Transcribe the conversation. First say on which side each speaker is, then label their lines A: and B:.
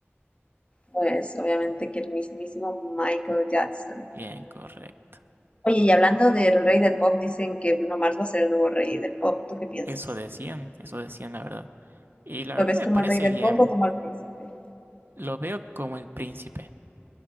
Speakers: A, on the left (about 25°); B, on the right (about 50°).
A: pues obviamente que el mismísimo Michael Jackson.
B: Bien, correcto.
A: Oye, y hablando del rey del pop, dicen que Bruno Mars va a ser el nuevo rey del pop. ¿Tú qué piensas?
B: Eso decían, eso decían la verdad. Y la verdad
A: ¿Lo ves
B: me
A: como
B: parece
A: el rey del
B: bien.
A: pop o como el príncipe?
B: Lo veo como el príncipe.